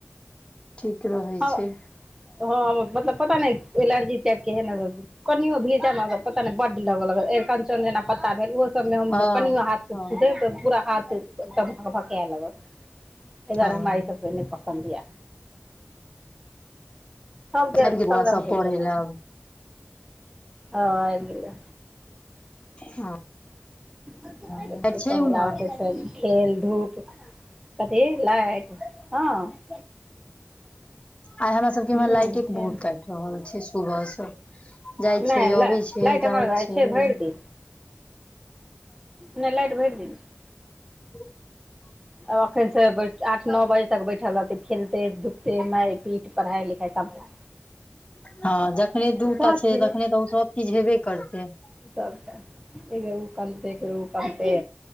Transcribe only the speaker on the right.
हँ हँ
मतलब। पता नहि एलर्जी टाइप केे एहन लागल कनियो भीजा लागल पता नै बडड लगा लागल। एरकंचक जेना पत्ता भेल ओहो सभमे हमसब
कनियो हाथ से
छू देब त पूरा हाथ। एकदम भकभकेय लागत। तहि दुआरे
हमरा ई सब स नहि पसन्द य सबके।
सब
रंग के
होइ छै न
ह आबि गेलै।
आज
कल
के आवश्यक खेल धूप। कथी लाइट हँ।
हूँ
छै
नहि
लाइट
हमर
भरि दिन नहि लाइट भरि दिन छै
आब एखन से बैठ आठ नौ बाइज। तक बैठल रहतै खेलतै धुपतै माइर पीट पढ़ाई लिखाई सबटा।
साथे
सबटा एक बेर उ कनतै एक बेर उ कनतै।